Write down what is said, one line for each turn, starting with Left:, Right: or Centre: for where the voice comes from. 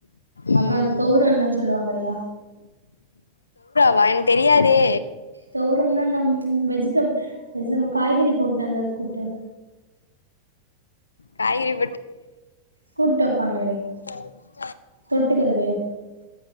Left: ம்
Right: அப்றோ அந்த தோரான்லா சொல்லுவாங்கல்ல
Left: வா என்க் தெரியாதே
Right: தோரம்னா அந்த வெஜிடப் வெஜிடப் காய்கறி போட்தந்த கூட்டு
Left: காய்கறி
Right: கூட்டு வப்பாங்களே
Left: சாரி
Right: தொட்டுக்கதுக்கு